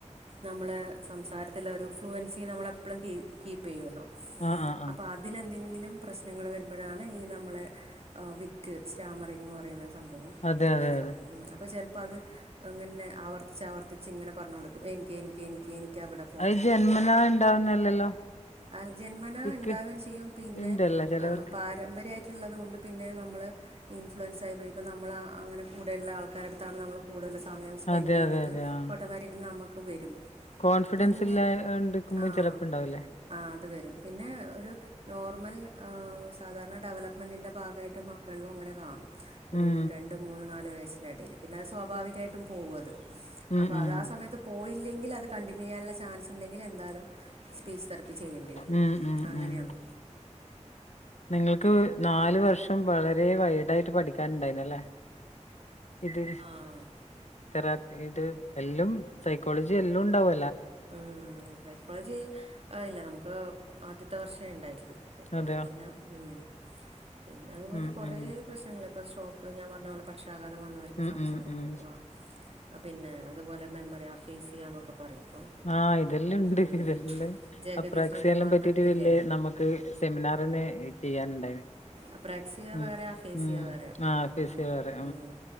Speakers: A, on the right; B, on the left.
A: നമ്മള് സംസാരത്തിലെ ഒരു ഫ്ലുവൻസി നമ്മളെപ്പോഴും കീ കീപ്പെയ്യൂലോ
B: ആഹ് ആഹ് ആഹ്
A: അപ്പൊ അതിലെന്തങ്കി ന്നിലും പ്രശ്നങ്ങള് വരുമ്പോഴാണ് ഈ നമ്മളെ വിക്ക് സ്റ്റാമറിങ് ന്ന് പറയുന്നത് സംഭവം
B: അതെ അതെ
A: വര്
B: അതെ
A: അപ്പൊ ചെലപ്പ അപ്പൊ അത് ഇങ്ങനെ ആവർത്തിച്ച് ആവർത്തിച്ച് ഇങ്ങനെ പറഞ്ഞോണ്ടിക്കും എനിക്ക് എനിക്ക് എനിക്ക് എനിക്ക് അവിടെ
B: അത് ജന്മനാ ഉണ്ടാവുന്നല്ലല്ലോ?
A: ആ ജന്മനാ
B: വിക്ക്
A: ഉണ്ടാവേം ചെയ്യും പിന്നെ
B: ഇണ്ടല്ലോ ചെലവർക്ക്
A: ആ പാരമ്പര്യായിട്ട് ട്ടുള്ളതും ഉണ്ട് പിന്നെ നമ്മള് ഇൻഫ്ലുവൻസ് പോയപ്പോ നമ്മള് അങ്ങനെ കൂടെയുള്ള ആൾക്കാരടുത്താണ് നമ്മള് കൂടുതല് സമയം സ്പെൻഡ്
B: അതെ
A: ചെയ്യുന്നെങ്കിൽ
B: അതെ അതെ ആ
A: ഓട്ടോമാറ്റിക്കലി നമ്മക്കും വരും
B: കോൺഫിഡൻസ്
A: പിന്നെ
B: ഇല്ലാണ്ടിരിക്കുമ്പോം
A: ആ
B: ചെലപ്പം ഉണ്ടാവില്ലേ?
A: ആ അത് വരും പിന്നെ ഒരു നോർമൽ സാധാരണ ഡെവലപ്മെന്റിന്റെ ഭാഗ <unintelligible> മക്കളിലും അങ്ങനെ കാണും ഒരു
B: ഉം
A: രണ്ടു മൂന്നു നാലു വയസിൻ്റെ എടേല് പിന്നെ അത് സ്വാഭാവികായിട്ട് പോവും അത്
B: ഉം
A: അപ്പൊ
B: ഉം
A: അത് ആ സമയത്ത് പോയി ഇല്ലെങ്കിൽ അത് കണ്ടിന്യൂയ്യാനുള്ള ചാൻസ് ഉണ്ടെങ്കില് എന്താലും സ്പീച്ച് തെറാപ്പി ചെയ്യേണ്ടി വരും
B: ഉം ഉം
A: അങ്ങനെയാണ്
B: ഉം നിങ്ങൾക്ക് നാലു വർഷം വളരെ വൈഡായിട്ട് പഠിക്കാനുണ്ടായിനല്ലേ ഇത്
A: ആഹ്
B: തെറാപ്പി ഇത് എല്ലും സൈക്കോളജീ എല്ലും ഉണ്ടാവൂ
A: ഉം സൈക്കോളജി ഇല്ല നമുക്ക് ആദ്യത്തെ വർഷേ ഉണ്ടായിട്ടുള്ളൂ സൈക്കോളജി
B: അതെയോ
A: പിന്നെ ഉം പിന്നെ അതുപോലെ
B: ഉം
A: കുറേ
B: ഉം
A: പ്രശ്നങ്ങള് ഇപ്പൊ സ്ട്രോക്ക് ഞാൻ പറഞ്ഞപോലെ പക്ഷ പക്ഷാഘാതം വന്നവർക്ക്
B: ഉം
A: സംസാരം
B: ഉം ഉം
A: പോവാ പിന്നെ അതുപോലെ മെമ്മറി ആഫേസിയ എന്നൊക്കെ പറയും ഇപ്പം
B: ആ ഇതെല്ലാം ഇണ്ട്
A: ഉം
B: ഇതെല്ലാം
A: ജഗതി
B: അപ്രാക്സ്യെല്ലാം
A: ശ്രീകുമാറിനൊക്കെ
B: പറ്റീട്ട് വില്ലേ
A: ഇല്ലേ
B: നമുക്ക് സെമിനാറ് <unintelligible> റിന് ചെയ്യാനുണ്ടായിരുന്നു
A: അപ്രക്സിയ
B: ഉം.
A: വേറെ ആഫേസിയ
B: ഉം.
A: വേറെ
B: ആ ഫിസിയോ
A: ഉം
B: വേറെ
A: ഉം